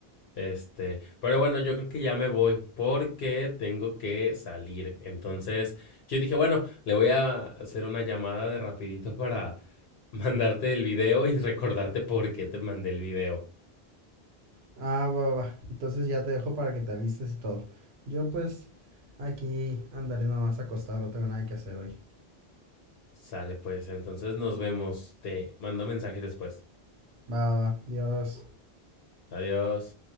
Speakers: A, on the left; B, on the right.
A: Este, pero bueno, yo creo que ya me voy porque tengo que salir. Entonces, yo dije, bueno, le voy a hacer una llamada de rapidito para <laughs> mandarte el video y recordarte por qué te mandé el video.
B: Ah, va, va, va. Entonces ya te dejo para que te alistes y todo. Yo pues aquí andaré nomás acostado, no tengo nada que hacer hoy.
A: Sale pues, entonces nos vemos. Te mando mensaje después.
B: Va, va, va. Adiós.
A: Adiós.